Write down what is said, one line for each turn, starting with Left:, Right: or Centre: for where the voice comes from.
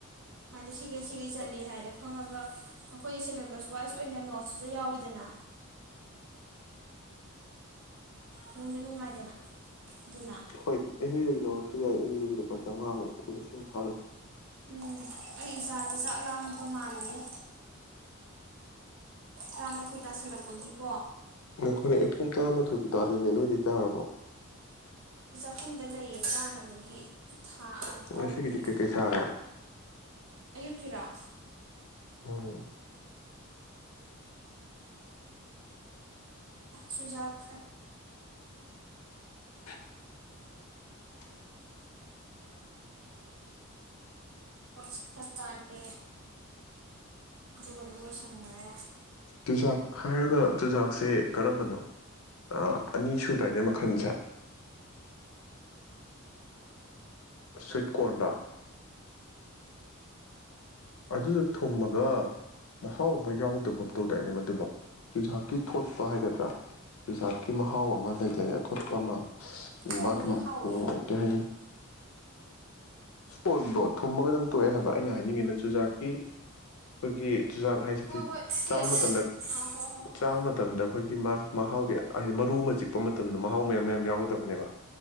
Right: ꯍꯥꯏꯗꯤ ꯁꯤꯈꯩ ꯁꯤꯒꯩ ꯆꯠ ꯍꯥꯏꯗꯣ ꯈꯪꯉꯒ ꯑꯩꯈꯣꯏꯒꯤ ꯁꯤꯂꯦꯕꯁ ꯋꯥꯏꯁ ꯑꯣꯏꯅ ꯅꯣꯠꯁꯤꯗ ꯌꯥꯎꯋꯤꯗꯅ ꯅꯨꯡꯁꯨ ꯅꯨꯡꯉꯥꯏꯗꯅ ꯑꯗꯨꯅ
Left: ꯍꯣꯏ ꯑꯦꯝ ꯌꯗꯒꯤ ꯂꯧꯔꯁꯨ ꯌꯥꯏ ꯑꯦꯝ ꯌꯗꯒꯤ ꯂꯨꯄꯥ ꯆꯥꯝꯃꯉꯥꯃꯨꯛꯂꯁꯤ ꯐꯥꯔꯗ
Right: ꯎꯝ ꯑꯩ ꯏꯆꯥꯁꯦ ꯆꯥꯛ ꯂꯥꯛꯃꯄ ꯃꯥꯜꯂꯤꯌꯦ ꯇꯥꯃꯥꯊꯣꯏ ꯇꯥꯁꯜꯂꯛꯄꯒꯤꯀꯣ
Left: ꯅꯈꯣꯏꯅ ꯑꯠ ꯄꯨꯡ ꯇꯔꯥꯃꯥꯊꯣꯏꯕꯨ ꯇꯥꯔꯤꯅꯦ ꯅꯣꯏꯗꯤ ꯇꯥꯔꯕꯣ
Right: ꯃꯈꯨꯝꯗ ꯂꯩꯌꯦ ꯆꯥꯅꯕꯒꯤ ꯊꯥ
Left: ꯑꯣ
Right: ꯇꯧꯔꯤꯌꯦ
Left: ꯉꯁꯤꯒꯤꯗꯤ ꯀꯩꯀꯩ ꯁꯥꯥꯔꯦ
Right: ꯑꯌꯨꯛꯀꯤꯔꯣ
Left: ꯎꯝ
Right: ꯁꯨꯖꯥꯛ
Left: <unintelligible>
Right: ꯄꯣ ꯈꯔ ꯆꯥꯔꯦ ꯑꯗꯨꯒ ꯑꯗꯨꯝ ꯂꯣꯏꯁꯟꯈ꯭ꯔꯦ
Left: ꯆꯨꯖꯥꯛ ꯍꯥꯏꯔꯒ ꯆꯨꯖꯥꯛꯁꯦ ꯀꯔꯝꯕꯅꯣ ꯑ ꯑꯅꯤ ꯁꯨꯗꯣꯏꯅꯦ ꯃꯈꯟꯁꯦ ꯁ꯭ꯋꯤꯠꯀꯣꯟꯗꯥ ꯑꯗꯨꯗ ꯊꯨꯝꯃꯒ ꯃꯍꯥꯎ ꯑꯃ ꯌꯥꯎꯗꯕ ꯃꯊꯧ ꯇꯥꯛꯏꯅꯦ ꯃꯗꯨꯕ ꯆꯨꯖꯥꯛꯀꯤ ꯊꯣꯠꯄ ꯍꯥꯏꯒꯗ꯭ꯔꯥ ꯇꯨꯖꯥꯛꯀꯤ ꯃꯍꯥꯎ ꯑꯃ ꯂꯩꯗꯅꯦ ꯑꯊꯣꯠꯄ ꯑꯃ
Right: ꯀꯣꯟꯗꯨꯗꯤ
Left: ꯃꯥꯀꯤ
Right: ꯍꯥꯎꯋꯦ
Left: ꯎ ꯀ ꯍꯥꯏꯅꯤ ꯁꯄꯣꯔꯗꯣ ꯊꯨꯝꯃꯒꯗꯪ ꯇꯣꯛꯑꯦ ꯍꯥꯏꯕ ꯑꯩꯅ ꯍꯥꯏꯅꯤꯡꯉꯤꯅ ꯆꯨꯖꯥꯛꯀꯤ ꯑꯩꯈꯣꯏꯒꯤ ꯆꯨꯖꯥꯛ ꯍꯥꯏꯁꯤꯗꯤ
Right: ꯍꯣꯏ ꯍꯣꯏ ꯇꯦꯁꯇꯣ
Left: ꯆꯥꯕ ꯃꯇꯝꯗ
Right: ꯑꯥ ꯍꯣꯏ ꯍꯣꯏ ꯍꯣꯏ
Left: ꯆꯥꯕ
Right: ꯍꯣꯏ
Left: ꯃꯇꯝꯗ ꯑꯩꯈꯣꯏꯒꯤ ꯃꯥ ꯃꯍꯥꯎꯁ ꯍꯥꯏꯗꯤ ꯃꯔꯨ ꯑꯃ ꯆꯤꯛꯄ ꯃꯇꯝ ꯃꯇꯝꯗ ꯃꯍꯥꯎ ꯃꯌꯥꯝ ꯃꯌꯥꯝ ꯌꯥꯎꯒꯗꯕꯅꯦꯕ